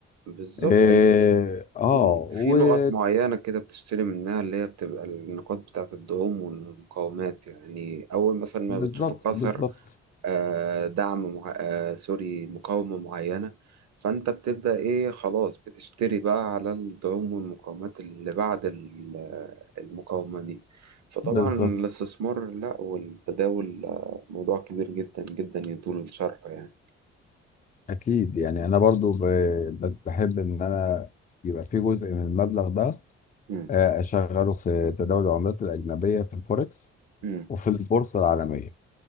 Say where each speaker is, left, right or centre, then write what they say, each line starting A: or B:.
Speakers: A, on the right; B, on the left.
A: بالظبط
B: اه
A: هي
B: آه،
A: في في نقط معينة كده بتشتري منها اللي هي بتبقى النقاط بتاعة الدعوم والمقاومات يعني أول مثلا ما
B: وبالظبط
A: بتشوف الكسر
B: بالظبط
A: آه، دعم مع... آه، سوري مقاومة معينة فأنت بتبدأ إيه خلاص بتشتري بقى على الدعوم والمقاومات اللي بعد ال- آه، المقاومة دي فطبعا
B: بالظبط
A: الاستثمار لا والتداول آه، موضوع كبير جدا جدا يطول شرحه يعني
B: اكيد يعني انا برضو ب... ب- بحب ان انا يبقى في جزء من المبلغ ده
A: مم.
B: آه، اشغله في تداول العملات الاجنبيه في الفوركس
A: مم.
B: وفي البورصة العالمية